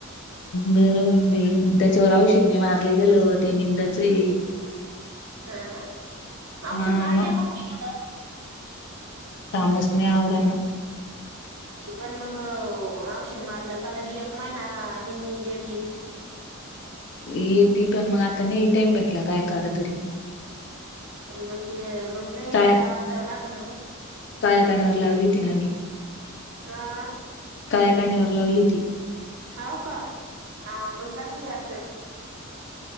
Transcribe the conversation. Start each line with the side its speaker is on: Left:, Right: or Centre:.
Left: बरं बाई मग त्याच्यावर औषध नाही मारले गेलं ते निंदाच ये
Right: हा ना औषध
Left: हा
Right: मारलक
Left: मग
Right: होन घ
Left: तामसने आवराना
Right: पण मग औषध मारलं काल की एक महिना निनी लेट येतील
Left: ये ती पण मग आता नाही टाइम भेटला काय क तरी
Right: मग ते मंग ल
Left: काय
Right: अबदााव लागत
Left: काळ्या पाण्यावर लावली तिने आ मी
Right: हा
Left: काळ्या पाण्यावर लावली ती
Right: होव का ह मग जाणगे असेल